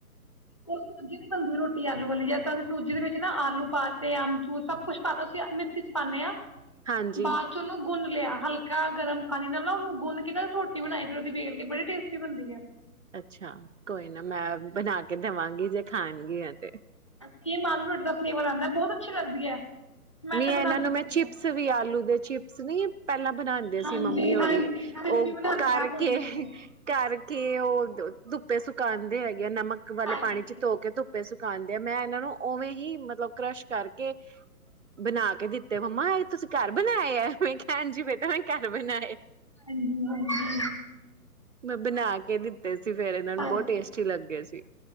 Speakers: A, on the left; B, on the right.
A: ਉਹ ਸੂਜੀ ਨੀ ਬਣਦੀ ਰੋਟੀ ਆਲੂ ਵਾਲੀ ਜਦ ਤਕ ਅਸੀ ਸੂਜੀ ਦੇ ਵਿੱਚ ਨਾ ਆਲੂ ਪਾਤੇ, ਅਮਚੂਰ ਸਭ ਕੁਛ ਪਾਤਾ ਅਸੀਂ ਮਿੱਸੀ ਚ ਪਾਉਂਦੇ ਹਾਂ।
B: ਹਾਂਜੀ
A: ਬਾਅਦ ਚੋਂ ਨਾ ਗੁਨ- ਲਿਆ ਹਲਕਾ ਗਰਮ ਪਾਣੀ ਲੈ ਲਾਉ, ਉਹਨੂੰ ਗੁਣ ਕੇ ਨਾ ਰੋਟੀ ਬਣਾਈ ਫਿਰ ਉਹਦੀ ਵੇਲ ਕੇ ਬੜੀ ਟੇਸਟੀ ਬਣਦੀ ਹੈ।
B: ਅੱਛਾ, ਕੋਈ ਨਾ ਮੈਂ ਬਣਾ ਕੇ ਦੇਵਾਂਗੀ। ਜੇ ਖਾਣਗੀਆਂ ਤੇ
A: ਕੀ ਮਾਲੁਮ ਰੋਟੀ ਦਾ ਫਲੇਵਰ ਸਵਾਦ ਨਾਲ, ਬਹੁਤ ਅੱਛੀ ਲੱਗਦੀ ਹੈ। ਮੈਂ
B: ਨੀ
A: ਤੇ
B: ਇਹਨਾਂ
A: ਬਣਾਉਂਦੀ
B: ਨੂੰ
A: ਰਹਿੰਦੀ
B: ਮੈਂ ਚਿਪਸ
A: ਹਾਂ
B: ਵੀ ਆਲੂ ਦੇ ਚਿਪਸ ਨੀ ਆ। ਪਹਿਲਾਂ ਬਣਾਉਂਦੇ
A: ਹਾਂਜੀ
B: ਸੀ ਮੰਮੀ ਹੋਰੀ,
A: ਹਾਂਜੀ ਹਾਂਜੀ
B: ਉਹ
A: ਬਣਾਉਂਦੇ
B: ਕਰਕੇ
A: ਆ ਹੋਲੀਆਂ ਤੇ
B: ਕਰਕੇ ਉਹ ਧੁੱਪੇ ਸੁਕਾਉਂਦੇ ਹੈਗੇ। ਨਮਕ ਵਾਲੇ
A: ਹਾਂਜੀ
B: ਪਾਣੀ ਚ ਧੋ ਕੇ ਧੁੱਪ ਧੁੱਪੇ ਸੁਕਾਣਦੇ ਆ, ਮੈਂ ਇਹਨਾਂ ਨੂੰ ਉਵੇਂ ਹੀ ਮਤਲਬ ਕਰਸ਼ ਕਰਕੇ ਬਣਾ ਕੇ ਦਿੱਤੇ ਮੰਮਾ ਇਹ ਤੁਸੀਂ ਘਰ ਬਣਾਏ ਹੈ। ਮੈਂ ਕਿਹਾ, ਹਾਂਜੀ ਬੇਟਾ ਮੈਂ ਘਰ ਬਣਾਏ ਆ।
A: ਹਾਂਜੀ ਹਾਂਜੀ
B: ਮੈਂ ਬਣਾ ਕੇ ਦਿੱਤੇ ਸੀ। ਫੇਰ ਇਹਨਾਂ ਨੂੰ
A: ਹਾਂਜੀ,
B: ਬਹੁਤ ਟੇਸਟੀ ਲੱਗੇ ਸੀ